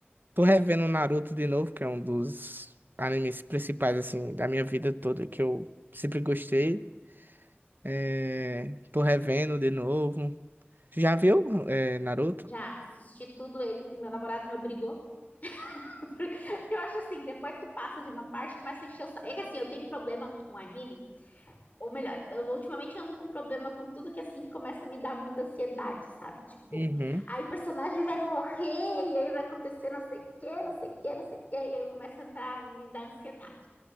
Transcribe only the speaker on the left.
Já assisti tudo ele, meu namorado me obrigou. <laughs> Porque eu acho assim, depois que passa de uma parte, começa a encher o saco. É que assim, eu tenho problema com anime, Ou melhor, eu ultimamente ando com problema com tudo que assim começa a me dar muita ansiedade, sabe? Tipo,
aí o personagem vai morrer, e aí vai acontecer não sei o quê, não sei o quê, não sei o quê, e aí eu começo a entrar, me dá ansiedade.